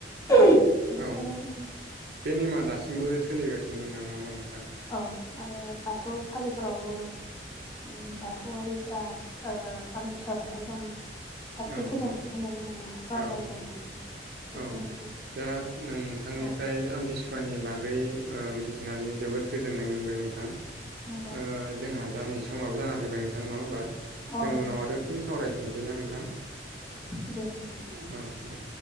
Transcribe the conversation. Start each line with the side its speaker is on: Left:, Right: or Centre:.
Left: बेनिखायनो
Right: औ
Left: जों
Right: बे नेमा दासिमबो सोलिगानो दं ना नङा होमबा नोंथां?
Left: औ आरो बाथौसालिफोरावबो उम बाथौआरिफोरा ओ आमथिसुवा नाथाय जों साथि
Right: औ
Left: फोजोंनायखौ
Right: औ
Left: नुनो मोना सुवा
Right: औ
Left: जायो
Right: औ
Left: होननानै बेखौ
Right: औ
Left: मोनसे
Right: दा नोंथांनिफ्राय
Left: औ
Right: आमथिसुवानि बागै ओ मिथिनानै जोबोर गोजोननाय मोनबाय नोंथां।
Left: नंगौ
Right: ओ जोंहा दा नै समाबो जाना फैबाय नोंथां नङा होमबा
Left: औ
Right: जों
Left: नंगौ
Right: उनाव आरो फिन सावरायफिनसै ना नोंथां।
Left: दे नोंथां।
Right: औ दे